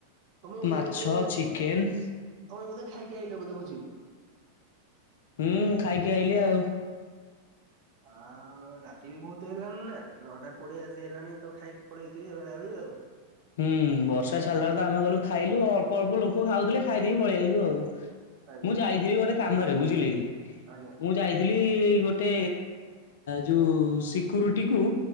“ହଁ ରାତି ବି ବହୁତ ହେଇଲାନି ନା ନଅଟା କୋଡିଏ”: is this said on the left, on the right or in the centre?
Right